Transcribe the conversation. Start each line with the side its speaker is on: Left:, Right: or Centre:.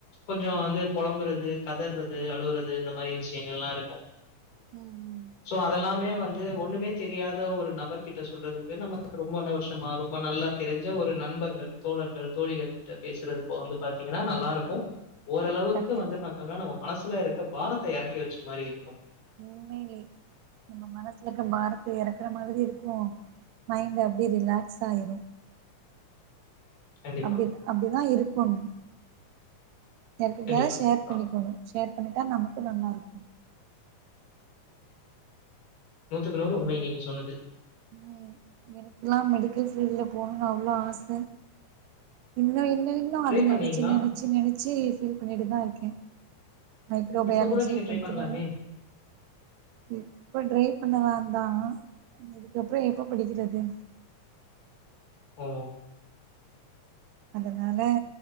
Left: கொஞ்சோ வந்து பொலம்பறது கதர்றது அழுவுறது இந்த மாரி விஷ்யங்கள்ல்லா இருக்கு
Right: ம் ம்
Left: சோ அதெல்லாமே வந்து ஒன்னுமே தெரியாத ஒரு நபர்கிட்ட சொல்றதுக்கு நமக்கு ரொம்ப வருஷமா ரொம்ப நல்லா தெரிஞ்ச ஒரு நண்பர்கள் தோழர்கள் தோழிகள் கிட்ட பேசறது இப்ப வந்து பாத்தீங்கனா நல்லா இருக்கு ஓரளவுக்கு
Right: கண்டிப்பா
Left: வந்து பாத்தம்னா நம்ம மனசுல இருக்க பாரத்த எறக்கி வெச்ச மாரி இருக்கு
Right: உண்மைலயே நம்ம மனசுல இருக்க பாரத்த எறக்கற மாதிரி இருக்கு மைண்ட் அப்டியே ரிலாக்ஸ் ஆயிரு
Left: கண்டிப்பா,
Right: அப்டி அப்டிதா இருக்கோணு யார்கிட்டயாவது
Left: கண்டிப்பா,
Right: ஷேர்
Left: கண்டிப்பா.
Right: பண்ணிக்கோணு ஷேர் பண்ணிட்டா நமக்கு நல்லா இருக்கு
Left: நூத்துக்கு நூறு உண்மை நீங்க சொன்னது
Right: ம் எனக்கெல்லா மெடிக்கல் ஃபீல்ட்ல போணுனு அவ்ளோ ஆச இன்னு இன்னு இன்னு
Left: ட்ரை
Right: அத நெனச்சு
Left: பண்ணீங்களா?
Right: நெனச்சு நெனச்சு ஃபீல் பண்ணிட்டுதா இருக்கேன் மைக்ரோபயாலஜி
Left: இப்ப கூட நீங்க ட்ரை
Right: படுத்துறாங்க
Left: பண்ணலாமே!
Right: இப்ப ட்ரை பண்ணலாந்தா இதுக்கப்றோ எப்ப படிக்கறது
Left: ம்
Right: அதனால